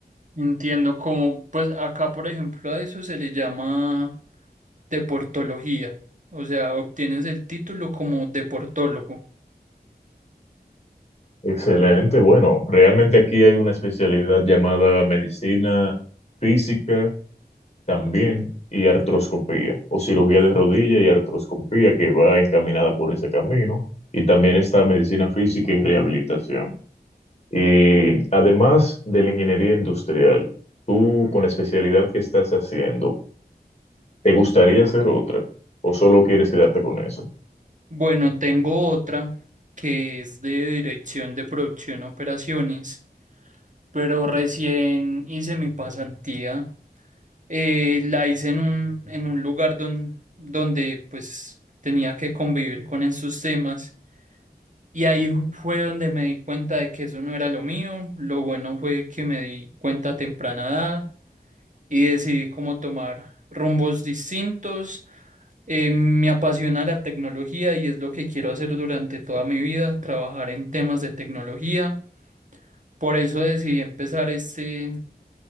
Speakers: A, on the right (about 50°); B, on the left (about 40°).
A: Entiendo como, pues acá por ejemplo a eso se le llama deportología, o sea, obtienes el título como deportólogo.
B: Excelente. Bueno, realmente aquí hay una especialidad llamada medicina física también y artroscopía o cirugía de rodilla y artroscopía que va encaminada por ese camino y también está medicina física y rehabilitación. Y además de la ingeniería industrial, tú con la especialidad que estás haciendo, ¿te gustaría hacer otra o solo quieres quedarte con eso?
A: Bueno, tengo otra que es de dirección de producción y operaciones, pero recién hice mi pasantía Eh, la hice en un, en un lugar don- donde pues tenía que convivir con esos temas y ahí ju- fue donde me di cuenta de que eso no era lo mío. Lo bueno fue que me di cuenta a temprana edad y decidí cómo tomar rumbos distintos. Eh, me apasiona la tecnología y es lo que quiero hacer durante toda mi vida, trabajar en temas de tecnología. Por eso decidí empezar este